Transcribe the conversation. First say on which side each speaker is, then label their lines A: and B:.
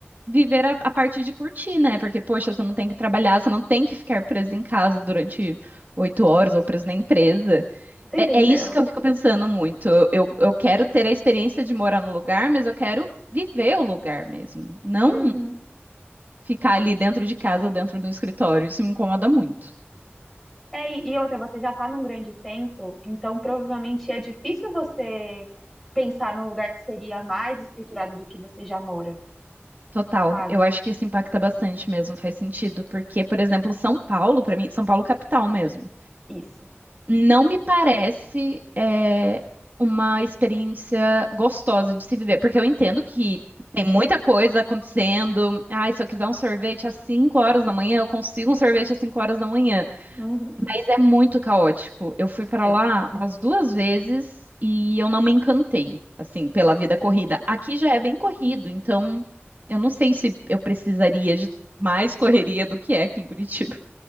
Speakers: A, on the right; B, in the centre.
A: viver a, a parte de curtir, né? Porque, poxa, você não tem que trabalhar, você não tem que ficar preso em casa durante oito horas ou preso na empresa.
B: Você
A: É,
B: entendeu?
A: é isso que eu fico pensando muito. Eu, eu quero ter a experiência de morar no lugar, mas eu quero viver o lugar mesmo. Não
B: Uhum.
A: ficar ali dentro de casa ou dentro do escritório. Isso me incomoda muito.
B: É, e e outra, você já está num grande centro, então provavelmente é difícil você pensar num lugar que seria mais estruturado do que você já mora,
A: Total.
B: sabe?
A: Eu acho que isso impacta bastante mesmo, faz sentido, porque, por exemplo, São Paulo, pra mim, São Paulo capital mesmo,
B: Isso.
A: não me parece é, uma experiência gostosa de se viver, porque eu entendo que tem muita coisa acontecendo. Ai, se eu quiser um sorvete às 5 horas da manhã, eu consigo um sorvete às 5 horas da manhã.
B: Uhum,
A: Mas é muito caótico. Eu fui pra
B: É.
A: lá umas duas vezes e eu não me encantei, assim, pela vida corrida. Aqui já é bem corrido, então eu não sei se eu precisaria de mais correria do que é aqui em Curitiba.